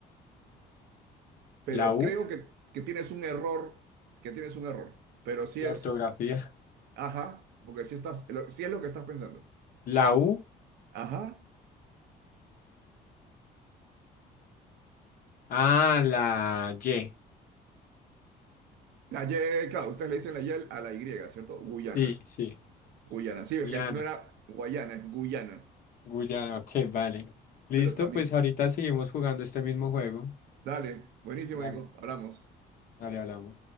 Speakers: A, on the right; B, on the left.
A: Pero
B: la U
A: creo que, que tienes un error, que tienes un error. Pero sí
B: de
A: es,
B: ortografía.
A: ajá, porque sí estás, lo- sí es lo que estás pensando.
B: La U,
A: Ajá.
B: ah, la Y.
A: La Y, claro, ustedes le dicen la Y a la Y, ¿cierto? Guyana.
B: Sí, sí,
A: Guyana. Sí, es
B: Guyana,
A: que no era Guayana, es Guyana.
B: Guyana, ok, vale. Listo,
A: pero también,
B: pues ahorita seguimos jugando este mismo juego.
A: dale, buenísimo,
B: Dale,
A: Nico, hablamos,
B: dale, hablamos.